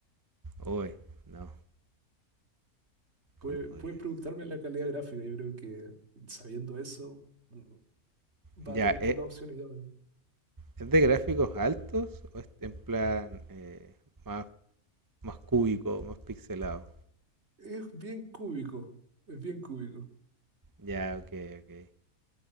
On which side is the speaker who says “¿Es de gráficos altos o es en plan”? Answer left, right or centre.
Right